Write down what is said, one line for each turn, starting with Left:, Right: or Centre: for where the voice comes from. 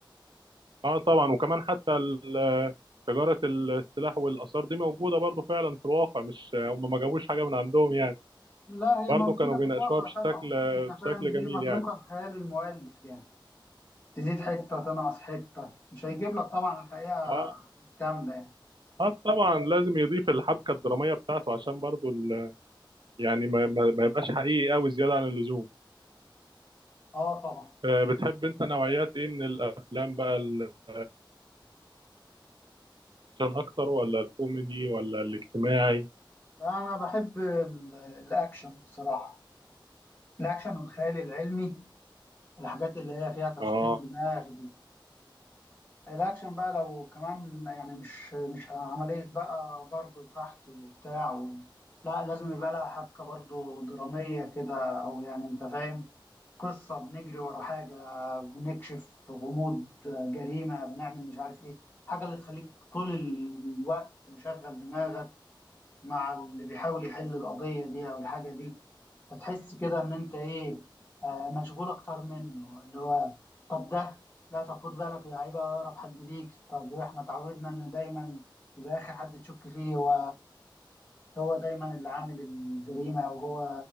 Right: اه طبعا وكمان حتى ال- تجارة السلاح والآثار دي موجودة برضو فعلا في الواقع مش هم ما جابوش حاجة من عندهم يعني
Left: لا هي
Right: برضو
Left: موجودة
Right: كانوا بيناقشوها
Left: في الواقع
Right: بشكل
Left: طبعا بس أنت
Right: بشكل
Left: فاهم دي
Right: جميل
Left: متروكة
Right: يعني
Left: لخيال المؤلف يعني تزيد حتة تنقص حتة مش هيجيب لك طبعا الحقيقة
Right: اه
Left: كاملة يعني
Right: اه طبعا لازم يضيف الحبكة الدرامية بتاعته عشان برضو ال... يعني ما, ما ما يبقاش حقيقي قوي زيادة عن اللزوم
Left: اه طبعا
Right: آه، بتحب انت نوعيات ايه من الافلام بقى الاكشن اكتر ولا الكوميدي ولا الاجتماعي
Left: لا أنا بحب ال- الأكشن بصراحة الأكشن والخيال العلمي الحاجات اللي هي فيها تشغيل
Right: اه
Left: دماغ دي الاكشن بقى لو كمان يعني مش مش عملية بقى ضرب وفحت وبتاع و... لا لازم يبقى لها حبكة برضو درامية كده او يعني انت فاهم قصة بنجري ورا حاجة بنكشف غموض جريمة بنعمل مش عارف ايه حاجة اللي تخليك طول الوقت مشغل دماغك مع اللي بيحاول يحل القضية دي أو الحاجة دي فتحس كده إن أنت إيه آه، مشغول أكتر منه اللي هو طب ده لا طب خد بالك ده هيبقى أقرب حد ليك طب إحنا اتعودنا إن دايما يبقى آخر حد تشك فيه هو هو دايما اللي عامل الجريمة أو هو